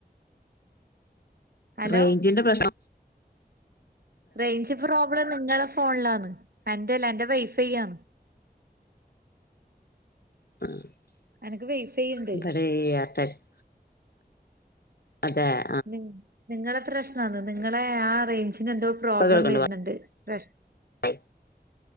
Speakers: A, on the right (about 65°); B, on the left (about 70°).
A: ഹലോ
B: റേയ്ഞ്ചിന്റെ പ്രശ്ന
A: റേഞ്ച് പ്രോബ്ലം നിങ്ങളെ ഫോൺ ലാന്ന് എന്റെല്ല എന്റെ വൈഫൈ ആന്ന്.
B: <unintelligible>
A: എനക്ക് വൈഫൈ ഇണ്ട്
B: അതെഹേ
A: നി നിങ്ങളെ പ്രശ്നാന്ന് നിങ്ങളെ ആ റേഞ്ചിന് എന്തോ പ്രോബ്ലം
B: അട്ടപ്പകളുണ്ട്
A: വരുന്നുണ്ട്. പ്രശ്
B: <inaudible>